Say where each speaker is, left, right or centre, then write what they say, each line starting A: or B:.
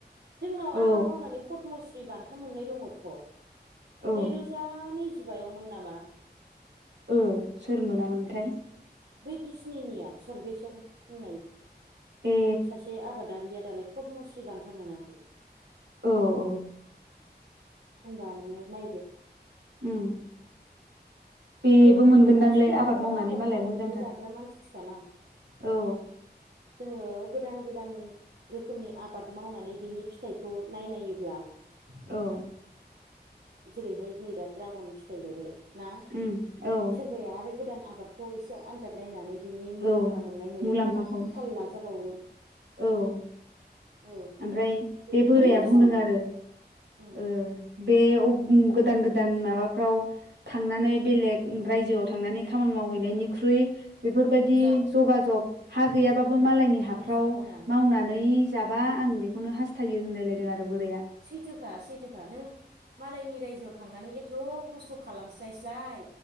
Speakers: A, on the right (about 70°); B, on the right (about 85°).
A: जोंनाव
B: औ
A: आबाद मावनानै फदमस्रि बान्था मोननाय दङथ'
B: औ
A: नैरोजा नैजिबायावमोन नामा।
B: औ सोर मोनामोनथाय।
A: बै बिजिनिनिया सरबेस्वर होननाय
B: ए
A: सासे आबादारिया। दालाय फदमस्रि बान्था मोनाखै।
B: औ औ।
A: होनबा नोङो नायदो
B: उम। बेबो
A: जोंनि
B: मोनगोनदांलै
A: मानसिफोराथ'
B: आबाद मावनानै मालाय
A: मावनानैनो
B: मोजांथार।
A: जाग्रा मानसिखाना
B: औ।
A: जोङो गोदान गोदान रोखोमनि आबाद मावनानै बिनि फिथाइखौ नायनायोब्ला
B: औ
A: जेरैहाय नै दा ड्रागन फिथाइ गायबाय ना
B: उम औ
A: सोरबाया बे गोदान आबादखौ एसे आनजाद नायनानै बिनि मुलाम्फा
B: औ
A: मोननाय मोनैखौ
B: मुलाम्फाखौ
A: थाल लाजाबावो।
B: औ ओमफ्राय
A: औ
B: बे
A: नुयो
B: बोराया बुंदों
A: सम
B: आरो।
A: उम
B: ओ बे गोदान गोदान माबाफ्राव थांनानै बेलेग रायजोआव थांनानै खामानि मावहैनायनिख्रुइ
A: औ
B: बेफोर बायदि
A: बेयाव
B: जगा जग हा गैया बाबो बो मालायनि
A: नोंखागौना
B: हाफ्राव मावनानै जाबा आं बेखौनो हास्थायो होनलायलायदों आरो बोराइया।
A: सैथोखा सैथोखा नों मालायनि रायजोआव थांनानै एथ' खस्थ' खालामस्लाय स्लाय